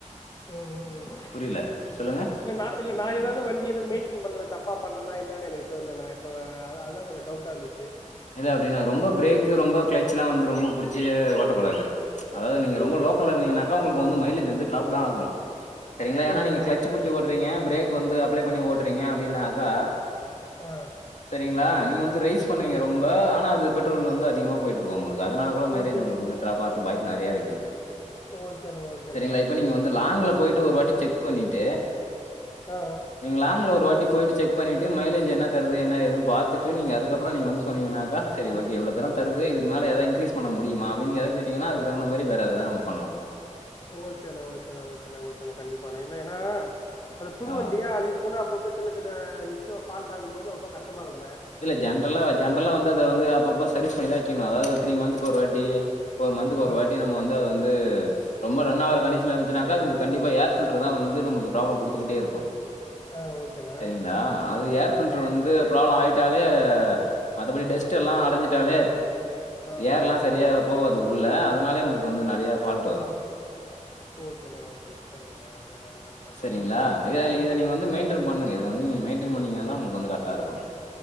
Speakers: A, on the left; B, on the left.
A: ம்ம் ம்
B: புரியல சொல்லுங்க
A: இல்ல நா இல்ல நா ஏதாவது வண்டி எது மெயின்டெய்ன் பண்றது தப் தப்பா பண்றேனா என்னனு எனக்கு இது தெர்லணா இப்ப அதா அதா எனக்கு டவுட்டா இருந்துச்சு
B: இல்ல அப்டினா ரொம்ப பிரேக் ரொம்ப கிளச்லா வந்து ரொம்ப புடுச்சி ஓட்டக் கூடாது ம்ச் அதாவது நீங்க ரொம்ப
A: ஓகே
B: லோக்கல
A: ஓகே
B: இருந்தீகனாக்க உங்களுக்கு வந்து மைலேஜ் வந்து டிராப் தா ஆகு சரிங்களா ஏன்னா
A: ஓகேண்ணா
B: நீங்க கிளச்
A: ஓகேண்ணா
B: புடுச்சு ஓட்டுறீங்க பிரேக் க்கு வந்து அப்ளே பண்ணி ஓட்டுறீங்க அப்டினாக்கா
A: ஆ
B: சரிங்களா நீங்க வந்து ரைஸ் பண்ணுவீங்க
A: ஆமா
B: ரொம் ப்ப ஆனா அது பெட்ரோல் வந்து அதிகமா போயிட்ருக்கு உங்களுக் கு அதனால கூட மைலேஜ்
A: ஓகே
B: உங்களுக்கு
A: ஓகே
B: டிராப் ஆகுறதுக்கு வாய்ப் நெறைய இருக்கு
A: ஓகேண்ணா ஓகேண்ணா
B: சரிங்களா இப்ப நீங்க வந்து லாங்ல போயிட்டு ஒரு வாட்டி செக் பண்ணிட்டு
A: ஆ ஆ
B: நீங்க லாங்ல ஒரு வாட்டி போயிட்டு செக் பண்ணிட்டு மைலேஜ் என்ன தருத் போய் என்ன ஏதுன்னு பாத்துட்டு நீங்க அதுக்கப்பறோ நீங்க வந்து ஸ் சொன்னீங்கனாக்கா சரி ஓகே இவ்ளோ தூரோ தருது இதுக்கு மேல ஏதோ இன்கிரீஸ் பண்ண முடியமா அப்டினு எத கேட்டீங்கனா அதுக்குதகுந்த மாரி வேற ஏதா நம்ப பண்ணலா
A: ஓகேண்ண ஓகேண்ண ஓகேண்ண ஓகேண்ண கண்டிப்பாணே இல்ல ஏன்னா ம்ச் அது புதுவண்டியா
B: ஆ
A: அது இது போல அப்பப் இப்ப சின்ன சின்ன விஷ்யோ ஃபால்ட ஆகும்போது ரொம்ப கஷ்டமா இருக்கு
B: இல்ல ஜென்ரலா ஜென்ரலா வந்து அத வந்து அப்பப்ப சர்வீஸ் பண்ணிதா வச்சுக்கணு அதாவது த்ரீ மந்துகு ஒரு வாட்டி ஃபோர் மந்துகு ஒரு
A: ஆ
B: வாட்டி நம்ம வந்து அத வந்து ரொம்ப ரன் ஆவுற கண்டிஷன்ல இருந்துச்சுனாக்க அது கண்டிப்பா ஏர் ஃபில்டர்தா நம்மளுக்கு ப்ராப்ளோ குடுக்கிட்டே இருக்கு
A: ஆ ஓகேண்ணா
B: சரிங்களா அது ஏர்
A: ஆ
B: ஃபில்டர் வந்து ப்ராப்ளோ ஆய்ட் ட்டாலே மத்தபடி டெஸ்ட் எல்லா அடஞ்சுட்டாலே
A: ஆ
B: ஏர்லா
A: ஆ
B: சரியா போவாது உள் உள்ள அதனாலே உங்களுக்கு வந்து நெறைய ஃபால்ட் வரு
A: ஓகேண்ணா ஓகேண்ணா சரிங்கண்ணா ஓகேண்ணா என்னன்னு பார்க்குறேன்
B: சரிங்களா
A: இப்போ
B: இத
A: ஆ
B: இத நீங்க
A: ஓகேண்ணா
B: வந்து மெயின்டென் பண்ணுங்க இத வந்து நீ மெயின்டென் பண்ணுங்கனா தா உங்களுக்கு வந்து கரெக்ட் தருவாங்